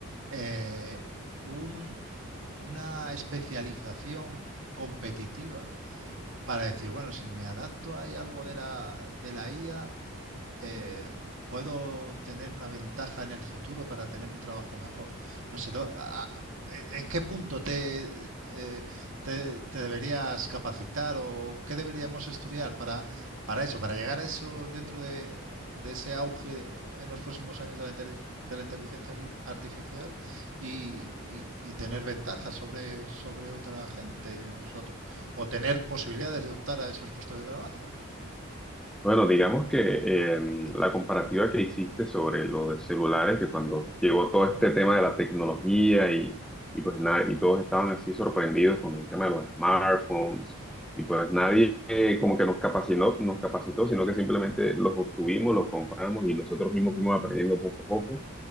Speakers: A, on the right; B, in the centre.
A: eh, un- una especialización competitiva para decir, bueno, si me adapto hay algo de la, de la IA, eh, puedo tener una ventaja en el futuro para tener un trabajo mejor. No sé, do- a- ¿en qué punto te, eh, te, te deberías capacitar o qué deberíamos estudiar para, para eso, para llegar a eso dentro de, de ese auge en los próximos años de la, intel- de la inteligencia arti- artificial y, y- y tener ventajas sobre, sobre otra gente o, so- o tener posibilidades de optar a esos puestos de trabajo?
B: Bueno, digamos que eh, la comparativa que hiciste sobre los celulares, que cuando llegó todo este tema de la tecnología y, y pues nada, y todos estaban así sorprendidos con el tema de los smartphones, y pues nadie eh, como que nos capacitó, nos capacitó, sino que simplemente los obtuvimos, los compramos y nosotros mismos fuimos aprendiendo poco a poco